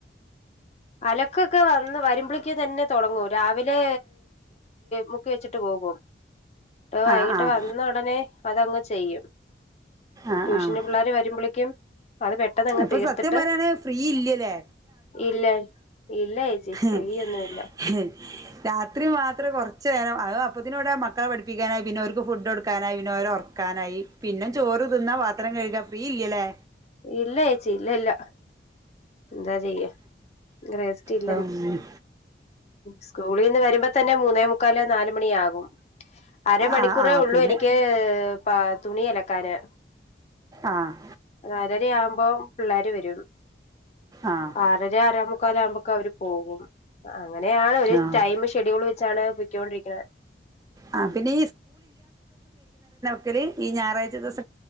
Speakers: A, on the left; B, on the right.
A: അലക്കൊക്കെ വന്ന് വരുമ്പോഴേക്ക് തന്നെ തുടങ്ങൂ രാവിലെ മുക്കി വെച്ചിട്ട് പോകും ഇന്നീട് വൈകിട്ട്
B: ആ ആ
A: വന്ന ഉടനെ അതങ്ങ് ചെയ്യും
B: ആഹ്
A: ട്യൂഷന്
B: ആഹ്
A: പിള്ളേരെ വരുമ്പോളേക്കും അത് പെട്ടെന്ന് അങ്ങ്
B: ഇപ്പൊ
A: തീർത്തിട്ട്
B: സത്യം പറയാണ് ഫ്രീ ഇല്ലല്ലേ
A: ഇല്ല ഇല്ല ചേച്ചി
B: ഹേ
A: ഫ്രീ ഒന്നുമില്ല
B: ഹേ രാത്രി മാത്രം കുറച്ച് നേരം അ അപ്പത്തിനൂടെ മക്കളെഠപ്പിക്കാനായി പിന്നെ ഒരിക്ക് ഫുഡ് കൊടുക്കാനായി പിന്നെ അവരെറ - ക്കാനായി പിന്നും ചോറ് തിന്നാ പാത്രം കഴുകാ ഫ്രീ ഇല്ലല്ലേ
A: ഇല്ല ചേച്ചി ഇല്ല ഇല്ല എന്താ ചെയ്യാ റെസ്റ്റിൽ-
B: ആം
A: സ്കൂളിൽ നിന്ന് വരുമ്പോ തന്നെ മൂന്നേ മുക്കാല് നാലുമണിയ ആകും അരമണിക്കൂറേ
B: ആഹ് ആഹ്
A: ഉള്ളു
B: പിന്നെ
A: എനിക്ക് പ തുണി അലക്കാന്
B: ആഹ്
A: നാലര ആവുമ്പോ പിള്ളാര് വരും
B: ആഹ്
A: ആറരാ ആറേമുക്കാല് ആകുമ്പോക്കെ അവര് പോകും അങ്ങനെയാണ് ഒരു
B: ആഹ്
A: ടൈം ഷെഡ്യൂൾ വെച്ചാണ് പോയിക്കൊണ്ട് ഇരിക്കണത്
B: ആഹ് പിന്നെ -ളി ല് ഞായറഴ്ച ദുസ-